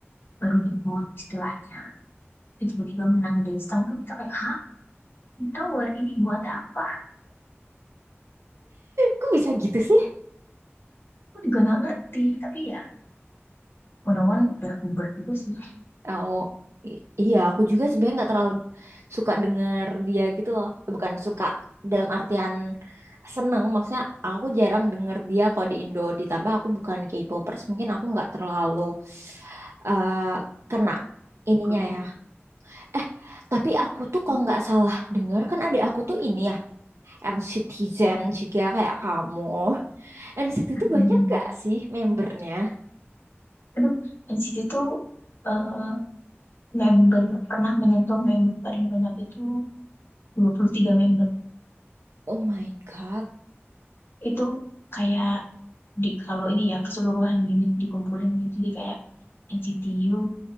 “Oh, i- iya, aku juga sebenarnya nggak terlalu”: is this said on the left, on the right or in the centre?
Right